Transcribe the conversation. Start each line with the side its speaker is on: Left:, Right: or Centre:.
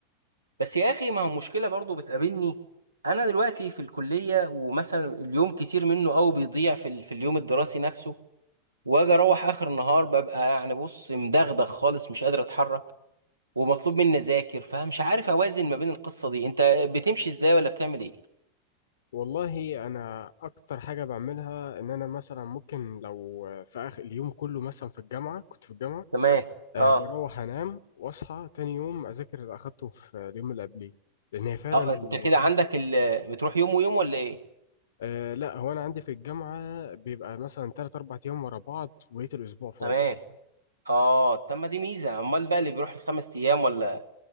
Right: بس يا اخي ما هو مشكله برضو بتقابلني انا دلوقتي في الكليه ومثلا اليوم كتير منه قوي بيضيع في ال... في اليوم الدراسي نفسه واجي اروح اخر النهار ببقى يعني بص مدغدغ خالص مش قادر اتحرك ومطلوب مني اذاكر فمش عارف اوازن ما بين القصه دي انت بتمشي ازاي ولا بتعمل ايه
Left: والله انا اكتر حاجه بعملها ان انا مثلا ممكن لو في اخر اليوم كله مثلا في الجامعه كنت في الجامعه
Right: تمام
Left: آه،
Right: اه
Left: بروح انام واصحى تاني يوم اذاكر اللي اخدته في اليوم اللي قبليه لان هي فعلا
Right: اه
Left: الموضوع
Right: انت كده عندك ال... بتروح يوم ويوم ولا ايه
Left: أه لا هو انا عندي في الجامعه بيبقى مثلا 3 4 ايام ورا بعض وبقيت الاسبوع فاضي
Right: تمام اه طب ما دي ميزه امال بقى اللي بيروح الخمس ايام ولا